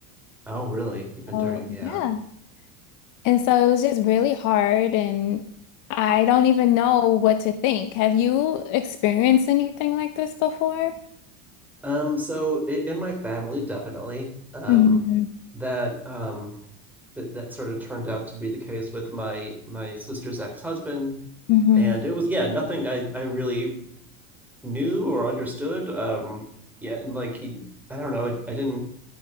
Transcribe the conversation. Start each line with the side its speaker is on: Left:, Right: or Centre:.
Centre: Oh, really? Even
Left: Oh,
Centre: during, yeah.
Left: Yeah. And so it was just really hard, and I don't even know what to think. Have you experienced anything like this before?
Centre: Um, so i in my family, definitely, um,
Left: hmm
Centre: that um that that sort of turned out to be the case with my my sister's ex-husband.
Left: hmm
Centre: And it was, yeah, nothing I I really knew or understood. Um, yeah, and like he, I don't know, I, I didn't.